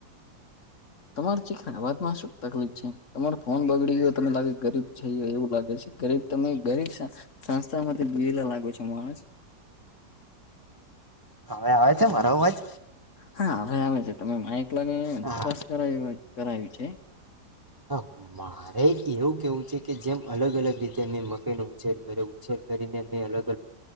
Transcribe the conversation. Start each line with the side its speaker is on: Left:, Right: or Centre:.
Left: તમાર ચીકરા વાતમાં શું તકલીફ છે તમારો ફોન બગડી ગયો તને લાગે ગરીબ જઈ એવું લાગે છે ગરીબ તમે ગરીબ સંસ્થામાંથી દીવેલા લાગો છો માણસ
Right: હવે આવે છે મારો અવાજ..
Left: હા હવે આવે છે તમે માઇક લાગી
Right: હા
Left: તપાસ કર કરાવી છે.
Right: હા મારે એવું કેવું છે કે જેમ અલગ અલગ રીતે મેં મકેઈનો ઉછેર કર્યો ઉછેર કરીને મેં અલગ